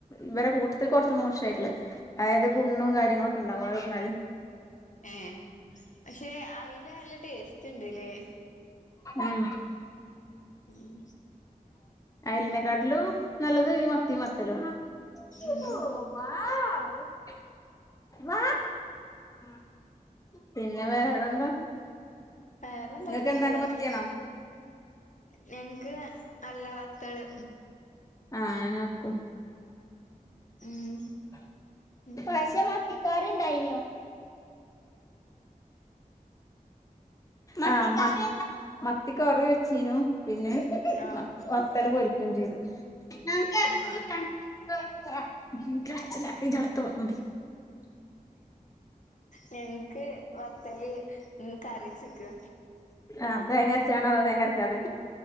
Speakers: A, on the left; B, on the left.
A: ഇവരെ കൂട്ടത്തിൽ കുറച്ച് മോശമായിട്ടുള്ള അതായത് പുണ്ണും കാര്യങ്ങളൊക്കെ ഉണ്ടാകും അ ന്നാല്
B: ഏഹ് പക്ഷെ അയ്ല നല്ല ടേസ്റ്റ്ണ്ട്ല്ലേ
A: ഉം
B: ഉം
A: ഐലിനെ കാട്ടലു നല്ലത് ഈ മത്തി മ <unintelligible>
B: ഉം
A: പിന്നെ വേറെന്താ?
B: വേറെ <unintelligible>
A: നിങ്ങൾക്ക് എന്താണ് മത്തിയാണോ
B: ഞങ്ങക്ക് അല്ല വത്തല്.
A: ആ ഞങ്ങക്കും
B: ഉം
A: <unintelligible>
B: ഉം
A: ആ മ മത്തി കറി വെച്ചീനു. പിന്നെ
B: ആഹ്
A: വത്തൽ പൊരിക്കയും ചെയ്തു. <unintelligible>
B: ആഹ് ഞങ്ങക്ക് ത്തല് കറിച്ചക്ക്.
A: ആ തേങ്ങരച്ചാണോ അതോ തേങ്ങ അരക്കാതെ?